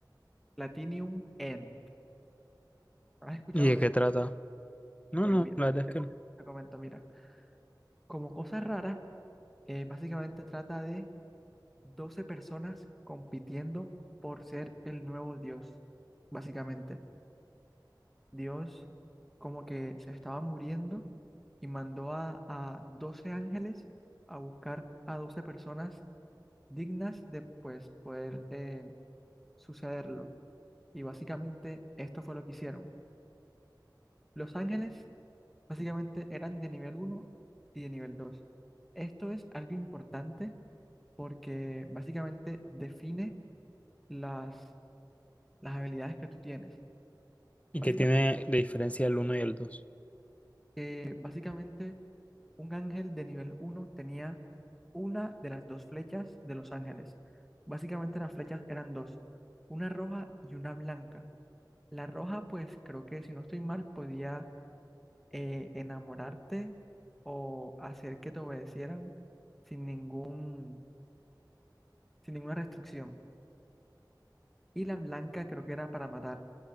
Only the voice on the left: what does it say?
¿Y de
qué
trata? No,
no,
la verdad
es que
no.
¿Y
qué tiene de diferencia el uno y el dos